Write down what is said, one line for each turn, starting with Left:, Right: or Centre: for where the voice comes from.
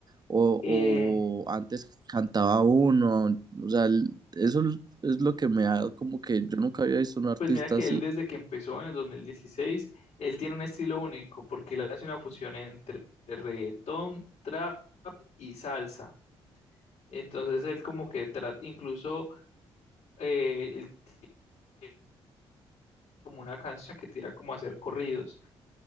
Right: o,
Left: Eh,
Right: o antes cantaba uno, o sea, él- eso es lo que me ha, como que yo nunca había visto un artista
Left: pues mira que
Right: así.
Left: él desde que empezó en el 2016 él tiene un estilo único porque él hace una fusión entre reggaetón, trap y salsa. Entonces él como que trata, incluso eh, él tiene como una canción que tira como a hacer corridos.